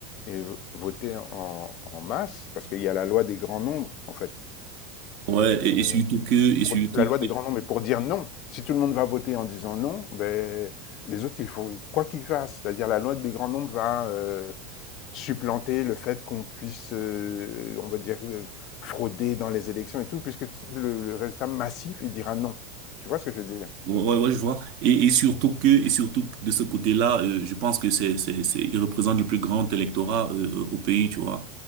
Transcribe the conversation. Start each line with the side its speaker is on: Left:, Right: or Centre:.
Left: et voter en, en masse, parce qu'il y a la loi des grands nombres, en fait.
Right: ouais,
Left: euh,
Right: et et surtout que, et
Left: pour
Right: surtout,
Left: la loi des grands nombres mais pour dire non. Si tout le monde va voter en disant non, ben, les autres, il faut quoi qu'ils fassent. C'est-à-dire la loi des grands nombres va euh, supplanter le fait qu'on puisse, euh, on va dire, euh, frauder dans les élections et tout, puisque le, le, résultat massif, il dira non. Tu vois ce que je veux dire
Right: Ouais, ouais, ouais, je vois. Et, et surtout que, et surtout que de ce côté-là, euh, je pense que c'est, c'est, c'est, il représente le plus grand électorat euh, au pays, tu vois.